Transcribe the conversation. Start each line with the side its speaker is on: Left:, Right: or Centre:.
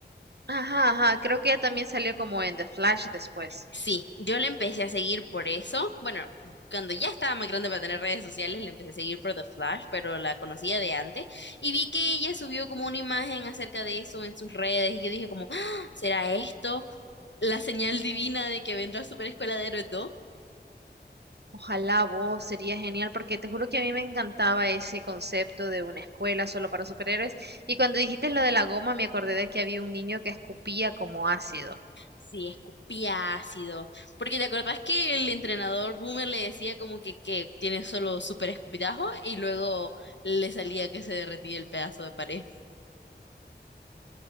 Right: Ajá, ajá, creo que ella también salió como en The Flash después.
Left: Sí, yo le empecé a seguir por eso. Bueno, cuando ya estaba más grande para tener redes sociales, le empecé a seguir por The Flash, pero la conocía de antes, y vi que ella subió como una imagen acerca de eso en sus redes, y yo dije como, "Ah, ¿será esto? la señal divina de que vendrá Super Escuela de Héroes 2.
Right: Ojalá vos, sería genial, porque te juro que a mí me encantaba ese concepto de una escuela solo para superhéroes. Y cuando dijiste lo de la goma, me acordé de que había un niño que escupía como ácido.
Left: Sí, escupía ácido. Porque te acordás que el entrenador Boomer le decía como que, que tiene solo super escupitajo y luego le salía que se derretía el pedazo de pared.